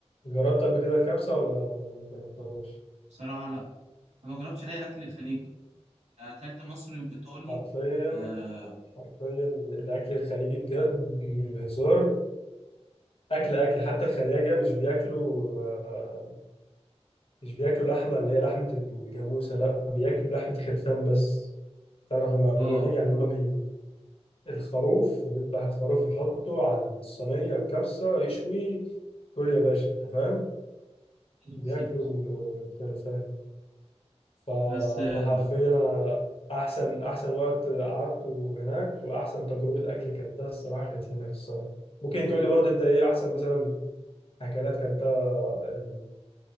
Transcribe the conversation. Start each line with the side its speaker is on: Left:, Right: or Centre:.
Left: جربت قبل كده الكبسه ولا ما جربتهاش
Right: بصراحة لا انا ما جربتش اي اكل خليجي اكلت مصري وايطالي
Left: حرفيا
Right: اه
Left: حرفيا الاكل الخليجي بجد مش بهزار اكل اكل حتى الخلاجه مش بياكلوا آه، مش بياكلوا لحمه اللي هي لحمه الجاموسه لا بياكلوا لحمه خرفان بس تعرف المعلومه
Right: آه،
Left: دي يعني هم الخروف يذبح الخروف يحطه على الصينية الكبسة يشوي كل يا باشا أنت فاهم بياكلوا
Right: بالظبط
Left: الخرفان فأنا
Right: بس آه،
Left: حرفيا أنا أحسن أحسن وقت قعدته هناك وأحسن تجربة أكل كانتها الصراحة كانت هناك الصراحة ممكن تقول لي برضه أنت إيه أحسن مثلا أكلات كانتها يعني